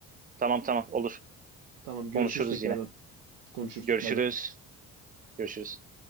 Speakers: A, on the right (about 25°); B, on the right (about 80°).
A: Tamam tamam olur.
B: Tamam görüşürüz
A: Konuşuruz
B: tekrardan.
A: yine.
B: Konuşuruz.
A: Görüşürüz.
B: Bay bay.
A: Görüşürüz.